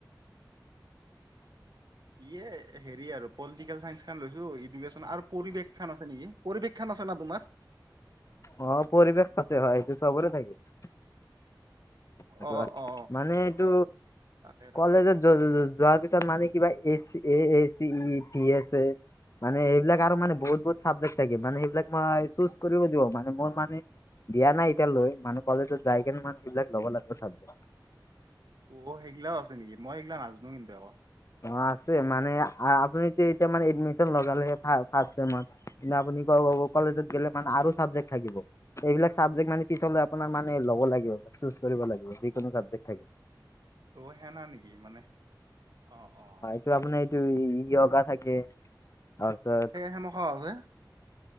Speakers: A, on the left; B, on the right.
A: <inaudible>
B: ইয়ে হেৰি আৰু পলিটিকেল চাইন্স খান লৈছো এডুকেশচন আৰু পৰিৱেশ খান আছে নেকি পৰিৱেশক্ষান আছে না তোমাৰ
A: অ', পৰিৱেশ কচ হয় এইটো চবৰে থাকে সটো
B: অ অ
A: মানে এইটো
B: তাকে তাকে
A: কলেজত যোৱাৰ পিছত মানে কিবা এ এ এ চি ই ভি এছে এ মানে সেইবিলাক আৰু মানে বহুত বহুত ছাবজেক্ট থাকে মানে সেইবিলাক মই চুজ কৰিব দিব মানে মোৰ মানে দিয়া নাই এতিয়া লৈ মানে কলেজত যাই কেনে মানে এইবিলাক ল'ব লাগিব চাবজেক্ট
B: অ', সেইগিলাও আছে নেকি মই সেইগিলা নাজানো কিন্তু আকৌ
A: অ', আছে মানে আপুনি এতিয়া মানে এডমিশন লগালেহে ফাৰ্ষ চেমাৰ কি আপুনি কলেজত গেলে মানে আৰু চাবজেক্ট থাকিব। এইবিলাক চাবজেক্ট মানে পিছ আপোনাৰ মানে লব লাগিব চজ কৰিব লাগিব যিকোনো চাবেক থাকে।
B: অ', সেনা নেকি মানে অ', অ'
A: এইটো আপোনাৰ এইটো ই অগা থাকে তাৰপিছত
B: সেই সেমখাও আছে